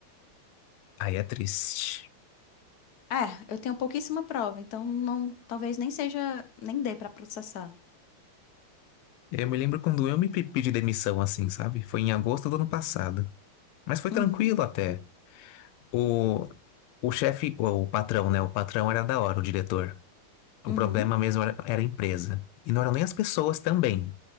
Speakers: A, on the left; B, on the left.
A: aí é triste.
B: É, eu tenho pouquíssima prova, então não, talvez nem seja, nem dê para processar.
A: É, Eu me lembro quando eu me pe- pedi demissão, assim, sabe? Foi em agosto do ano passado. Mas foi tranquilo
B: Uhum.
A: até. O, o chefe, o, o patrão, né? O patrão era da hora, o diretor. O
B: Uhum.
A: problema mesmo era, era a empresa. E não eram nem as pessoas também.